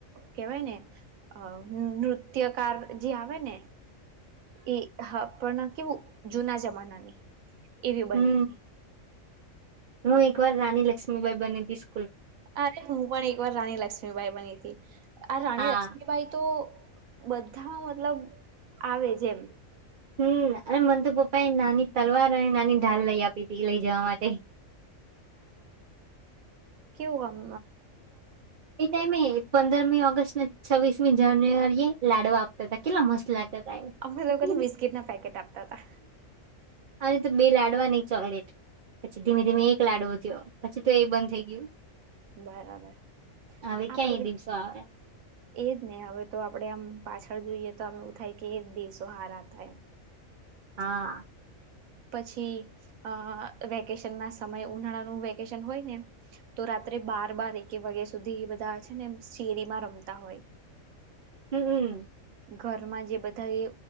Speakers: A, on the right; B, on the right.
A: કેવાય ને અ નૃત્યકાર જે આવે ને એ હા પણ કેવું જૂના જમાનાની એવી બની
B: હમ
A: હતી
B: હું એક વાર રાની લક્ષ્મીબાઈ બનીતીશ
A: અરે હું પણ એક વાર રાણી લક્ષ્મીબાઈ બની હતી આ રાણી
B: હા
A: લક્ષ્મીબાઈ તો બધામાં મતલબ આવે જેમ
B: હમ અને મનંતુ પપ્પા એ નાની તલવાર અને નાની ઢાલ લઈ આપી હતી લઈ જવા માટે
A: કેવુંમ
B: એ ટાઈમે પંદરમી ઓગસ્ટને છવ્વીસમી જાન્યુઆરી એ લાડવા આપ કેટલા મસ્ત લાગતા ત એ
A: અમે લોકોને બિસ્કીટના પેકેટ આપતા હતા
B: અનેરે તો બે લાડવાની ચોકલેટ પછી ધીમે ધીમે એક લાડવો થયો પછી તો એ બંધ થઈ ગયું
A: બરાબર
B: હવે
A: આપડ
B: ક્યાં એ દિવસો આવે
A: એજ ને હવે તો આપડે આમ પાછ જોઈએ તો અમે ઉ થાય કે એક દિવસો હાર આતા
B: હા
A: પછી અ વેકેશન ના સમયે ઉનાળાનું વેકેશન હોય ને તો રા રાત્રે બાર બાર એક વાગ્યા સુધી એ બધા છે ને શેરીમાં રમતા હોય
B: હમ હમ
A: ઘરમાં જે બધા એ